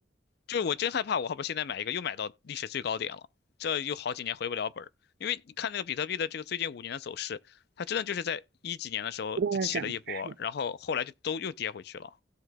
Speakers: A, on the left; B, on the right.
A: 就是我真害怕，我后边现在买一个又买到历史最高点了，这又好几年回不了本儿。因为你看那个比特币的这个最近五年的走势，它真的就是在一几年的时候就起了一波，
B: 不断的涨，是
A: 然后后来就都又跌回去了。